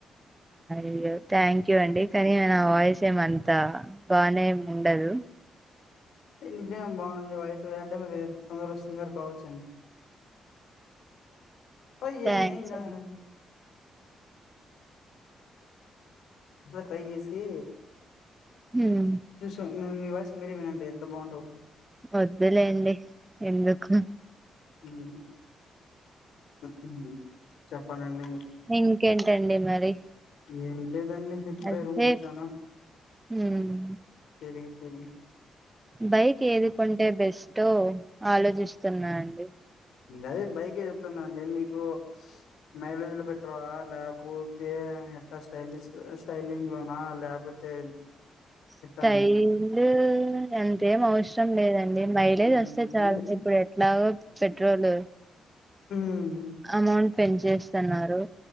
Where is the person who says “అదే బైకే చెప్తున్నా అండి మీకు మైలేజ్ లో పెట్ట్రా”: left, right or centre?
Left